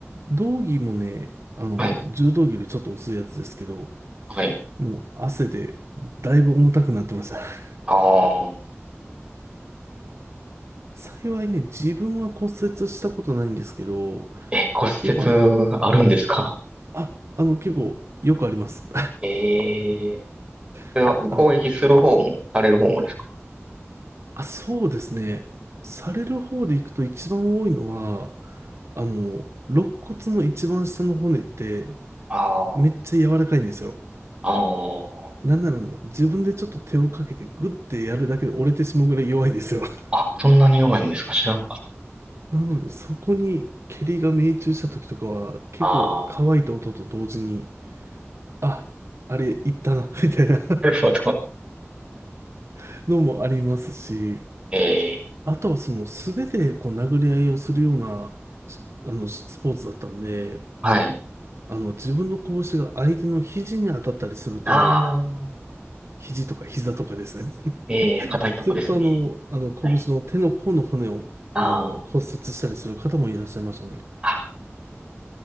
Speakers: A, on the right; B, on the right.
A: 道着もね、あの、
B: はい、
A: 柔道着よりちょっと薄いやつですけど、
B: はい。
A: もう汗でだいぶ重たくなってました。<laughs>
B: ああ、
A: 幸いね、自分は骨折したことないんですけど、
B: え、骨折あるんですか
A: 結構あの、あ、あの、結構よくあります。
B: ええ、それは攻撃する方も、
A: <laughs> あの、
B: される方もですか
A: あ、そうですね。される方で行くと一番多いのは、あの、肋骨の一番下の骨って
B: ああ、
A: めっちゃ柔らかいんですよ。
B: あ
A: なんならあの自分でちょっと手をかけてグッてやるだけで折れてしまうぐらい弱いんですよ。<laughs>
B: あ、あ、そんなに弱いんですか知らなかった。
A: なのでそこに蹴りが命中した時とかは結構乾いた音と同時に、
B: ああ、
A: あ、あれいったな、<laughs> みたいな
B: <laughs> なるほど。
A: <laughs> のもありますし、
B: ええ、
A: あとはその素手でこう殴り合いをするようなしあのスポーツだったんで、
B: はい。
A: あの自分の拳が相手の肘に当たったりすると、
B: ああ、
A: 肘とか膝とかですね。
B: ええ、硬いとこですね。
A: すると、あの、あの、拳の手の甲の骨を、
B: はい。ああ。
A: あの、骨折したりする方もいらっしゃいましたね。
B: あ